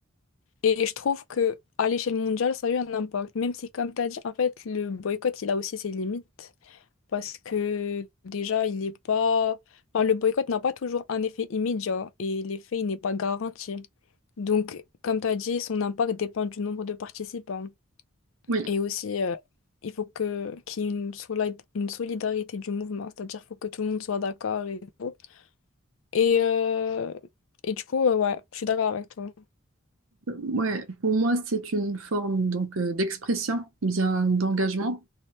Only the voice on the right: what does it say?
Oui,
ouais, pour moi, c'est une forme donc euh, d'expression, bien d'engagement,